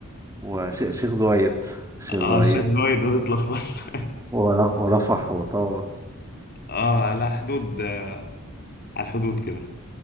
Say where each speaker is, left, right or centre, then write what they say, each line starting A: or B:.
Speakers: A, on the right; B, on the left.
A: وشيخ شيخ زويد الشيخ
B: اه
A: زويد
B: عشان وايد ما تتلخبطش <laughs>
A: ورا- ورفح وطابة
B: اه على حدود آه، على الحدود كده